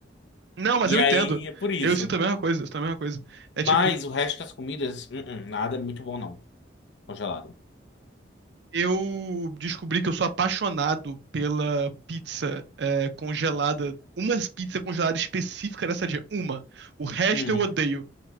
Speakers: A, on the right; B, on the left.
A: Não, mas
B: E
A: eu
B: aí
A: entendo.
B: é por isso.
A: Eu sinto a mesma coisa, eu sinto a mesma coisa. É
B: Mas
A: tipo,
B: o resto das comidas, hum, hum, nada é muito bom não, congelado.
A: eu descobri que eu sou apaixonado pela pizza é, congelada, uma pizza congelada específica dessa dia, uma. O resto
B: Hum.
A: eu odeio,